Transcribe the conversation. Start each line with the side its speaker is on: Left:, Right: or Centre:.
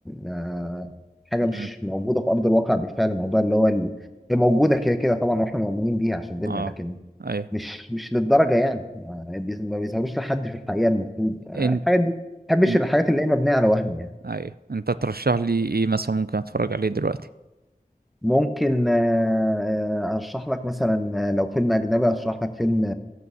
Centre: أه حاجة
Right: مم.
Centre: مش موجودة في أرض الواقع بالفعل الموضوع اللي هو ال- هي موجودة كده كده طبعا وإحنا مؤمنين بيها عشان ديننا
Right: اه
Centre: لكن
Right: ايوه
Centre: مش مش للدرجة يعني ما بيز- ما بيظهروش لحد في الحقيقة المفروض آه،
Right: انت
Centre: الحاجات دي ما بحبش
Right: إن...
Centre: الحاجات اللي هي مبنية على وهم يعني
Right: ايوه انت ترشح لي ايه مثلا ممكن اتفرج عليه دلوقتي
Centre: ممكن آه، آه، أرشح لك مثلا آه، لو فيلم أجنبي أرشح لك فيلم